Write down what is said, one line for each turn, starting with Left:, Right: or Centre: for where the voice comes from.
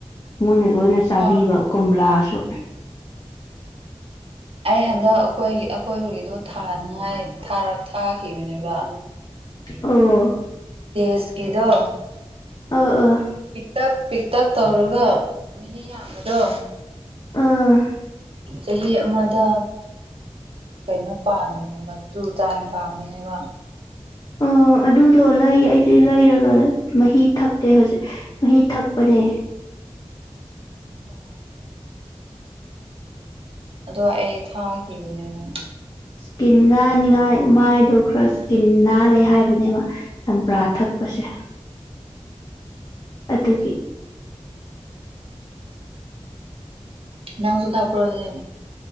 Left: ꯃꯣꯏꯅ ꯂꯣꯏꯅ ꯆꯥꯕꯤꯕ
Right: ꯍꯥꯎ
Left: ꯀꯨꯝꯂꯥꯁꯨ
Right: ꯑꯩ ꯍꯟꯗꯛ ꯑꯩꯈꯣꯏ ꯑꯈꯣꯏꯕꯒꯤꯗꯣ ꯊꯥꯅꯤꯡꯉꯥꯏ ꯊꯥꯔꯛ ꯊꯥꯈꯤꯕꯅꯦꯕ
Left: ꯑꯣ
Right: ꯗꯦꯁꯀꯤꯗꯣ
Left: ꯑꯥ ꯑꯥ
Right: ꯄꯤꯛꯇꯛ ꯄꯤꯛꯇꯛ ꯇꯧꯔꯒ ꯃꯍꯤ ꯌꯥꯝꯕꯗꯣ
Left: ꯑ
Right: ꯆꯍꯤ ꯑꯃꯗ ꯀꯩꯅꯣ ꯄꯥꯟꯕꯅꯦꯕ ꯇꯨ ꯇꯥꯏꯝ ꯄꯥꯝꯕꯅꯦꯕ
Left: ꯑ ꯑꯗꯨꯗꯣ ꯂꯩ ꯑꯩꯗꯤ ꯂꯩꯔꯒ ꯃꯍꯤ ꯊꯛꯀꯦ ꯍꯧꯖꯤꯛ ꯃꯍꯤ ꯊꯛꯄꯅꯦ
Right: ꯑꯣ ꯑꯗꯣ ꯑꯩ ꯊꯥꯈꯤꯕꯅꯦꯕ
Left: ꯀꯤꯟ ꯅꯥꯅꯤꯡꯉꯥꯏ ꯃꯥꯏꯗꯣ ꯈꯔ ꯁ꯭ꯀꯤꯟ ꯅꯥꯜꯂꯦ ꯍꯥꯏꯕꯅꯦꯕ ꯆꯝꯄ꯭ꯔꯥ ꯊꯛꯄꯁꯦ ꯑꯗꯨꯒꯤ
Right: ꯅꯪꯁꯨ ꯊꯛꯄ꯭ꯔꯥ ꯗꯨꯗꯤ